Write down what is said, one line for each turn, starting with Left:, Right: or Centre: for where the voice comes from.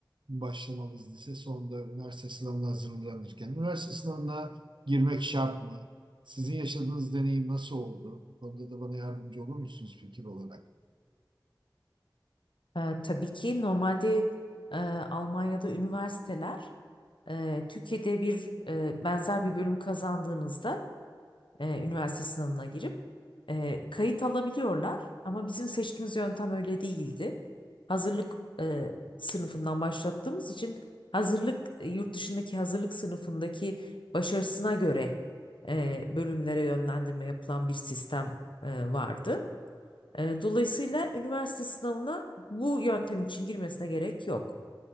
Right: mı başlamalıyız lise sonunda üniversite sınavına hazırlanırken. Üniversite sınavına girmek şart mı? Sizin yaşadığınız deneyim nasıl oldu? Bu konuda da bana yardımcı olur musunuz fikir olarak?
Left: E, tabii ki normalde e, Almanya'da üniversiteler e, Türkiye'de bir e, benzer bir bölüm kazandığınızda e, üniversite sınavına girip e, kayıt alabiliyorlar. Ama bizim seçtiğimiz yöntem öyle değildi. Hazırlık e, sınıfından başlattığımız için hazırlık e, yurt dışındaki hazırlık sınıfındaki başarısına göre e, bölümlere yönlendirme yapılan bir sistem e, vardı. E, dolayısıyla üniversite sınavına bu yöntem için girmesine gerek yok.